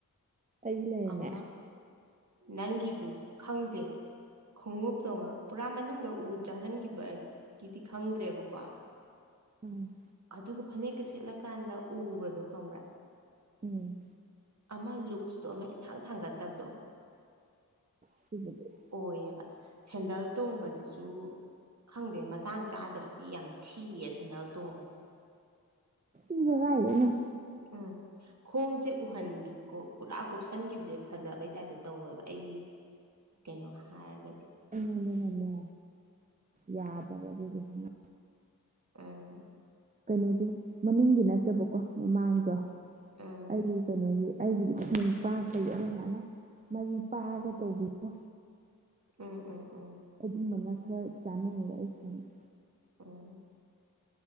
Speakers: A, on the right; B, on the right.
A: ꯑꯩꯒꯤ ꯂꯩꯔꯝꯃꯦ
B: ꯑꯃ ꯅꯪꯒꯤꯗꯨ ꯈꯪꯗꯦ ꯈꯣꯡꯎꯞꯇꯧꯅ ꯄꯨꯔꯥ ꯃꯅꯨꯡꯗ ꯎ ꯆꯪꯍꯟꯒꯤꯕꯒꯤꯗꯤ ꯈꯪꯗ꯭ꯔꯦꯕꯀꯣ
A: ꯎꯝ
B: ꯑꯗꯨꯒ ꯐꯅꯦꯛꯀ ꯁ‌ꯦꯠꯂꯀꯥꯟꯗ ꯎꯕꯗꯣ ꯈꯪꯕ꯭ꯔꯥ
A: ꯎꯝ
B: ꯑꯃ ꯂꯨꯛꯁꯇꯣ ꯑꯃ ꯏꯊꯥꯡ ꯊꯥꯡꯒꯠꯇꯕꯗꯣ
A: <unintelligible>
B: ꯑꯣꯏꯑꯦꯕ ꯁꯦꯟꯗꯜ ꯇꯣꯡꯕꯖꯤꯖꯨ ꯈꯪꯗꯦ ꯃꯇꯥꯡ ꯆꯥꯗ꯭ꯔꯗꯤ ꯌꯥꯝ ꯊꯤꯌꯦ ꯁꯦꯟꯗꯜ ꯇꯣꯡꯕꯖ‌ꯦ
A: ꯏ ꯖꯦ ꯀꯥꯏꯗꯩꯅ <inaudible>
B: ꯎꯝ ꯈꯣꯡꯖꯦ ꯎꯍꯟꯒꯤ ꯀꯣ ꯄꯨꯔꯥ ꯀꯨꯞꯁꯟꯈꯤꯕꯖꯦ ꯐꯖꯕꯩ ꯇꯥꯏꯞꯇ ꯇꯧꯋꯦꯕ ꯑꯩꯒꯤ ꯀꯩꯅꯣ ꯍꯥꯏꯔꯒꯗꯤ
A: ꯑꯩꯉꯣꯟꯗꯅꯅꯦ ꯌꯥꯗꯕ ꯑꯗꯨꯗꯣ ꯈꯪꯉ
B: ꯑꯝ
A: ꯀꯩꯅꯣꯒꯤ ꯃꯅꯤꯡꯗꯤ ꯅꯠꯇꯕꯀꯣ ꯃꯃꯥꯡꯗꯣ
B: ꯎꯝ
A: ꯑꯩ ꯀꯩꯅꯣꯒꯤ ꯑꯩꯒꯤꯗꯤ ꯁꯨꯡꯄ ꯑꯃ ꯁꯥꯏꯅ ꯃꯔꯤ ꯄꯥꯛꯑꯒ ꯇꯧꯕꯤꯗꯣ
B: ꯎꯝ ꯎꯝ ꯎꯝ
A: ꯑꯗꯨꯝꯕꯅ ꯈꯔ ꯆꯥꯟꯅꯩꯌꯦꯦ ꯑꯩ ꯁꯣꯟꯗꯦ
B: ꯑꯣ